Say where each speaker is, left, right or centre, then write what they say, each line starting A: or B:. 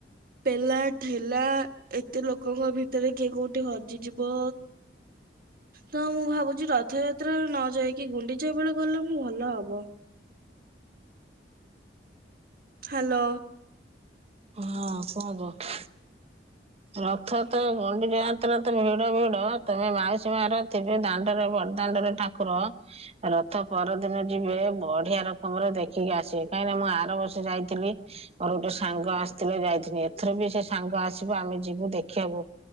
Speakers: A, on the right (about 55°); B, on the right (about 35°).
A: ପେଲା ଠେଲା। ଏତେ ଲୋକଙ୍କ ଭିତରେ କିଏ କୋଉଠି ହଜିଯିବ। ତ ମୁଁ ଭାବୁଛି ରଥଯାତ୍ରା ନ ଯାଇକି ଗୁଣ୍ଡିଚା ବେଳେ ଗଲେ ମୁଁ ଭଲ ହବ। ହ୍ୟାଲୋ।
B: ହଁ <unintelligible> ରଥ ତ ଗଣ୍ଡି ଯାତ୍ରା ତ ଭିଡ ଭିଡ ତମେ ମାଉସୀ ମାର ଥିବେ ଦାଣ୍ଡରେ ବଡ ଦାଣ୍ଡରେ ଠାକୁ କ୍ର ରଥ ପରଦିନ ଯିବେ ବଢିଆ ରକମର ଦେଖିକି ଆସିବେ କାହିଁକିନା ମୁଁ ଆର ବର୍ଷ ଯାଇଥିଲି। ମୋର ଗୋଟେ ସାଙ୍ଗ ଆସିଥିଲେ ଯାଇଥିଲି, ଏଥର ବି ସେ ସାଙ୍ଗ ଆସିବୁ ଆମେ ଯିବୁ ଦେଖିବାକୁ।